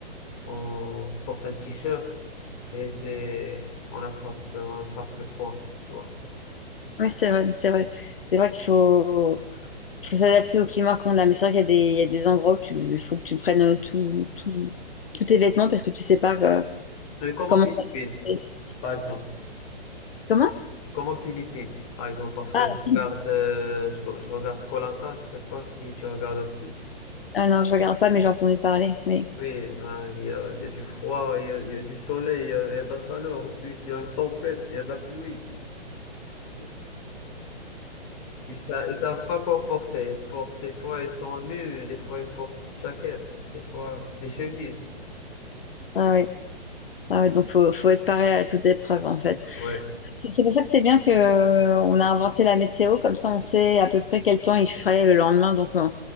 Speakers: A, on the left; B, on the left.
A: on porte un t-shirt et c'est, on attrape, on attrape le froid, tu vois.
B: ouais, c'est vrai, c'est vrai. C'est vrai qu'il faut. faut s'adapter au climat qu'on a. Mais c'est vrai qu'il y a des, il y a des endroits où tu, il faut que tu prennes euh, tout, tout, tous tes vêtements parce que tu sais pas euh,
A: Mais comme
B: comment
A: aux Philippines,
B: ça va se passer.
A: par exemple.
B: Comment?
A: Comme aux Philippines, par exemple, parce que
B: Ah,
A: je regarde,
B: oui.
A: euh, je, je regarde koh je sais pas si tu regardes aussi.
B: Ah non, je regarde pas, mais j'ai entendu parler. Oui.
A: Oui, ben, il y a, il y a du froid, il y a, il y a du soleil, il y a, il y a de la chaleur, ensuite il y a une tempête, il y a de la pluie. Ils sa- ils savent pas quoi porter. Ils portent- des fois ils sont nus, des fois ils portent jaquette, des fois des chemises.
B: Ah, oui. Ah, oui. Donc, faut, faut être paré à toute épreuve, en fait. C'est
A: Ouais.
B: c'est pour ça que c'est bien que, euh, on a inventé la météo. Comme ça, on sait à peu près quel temps il ferait le lendemain. Donc, euh,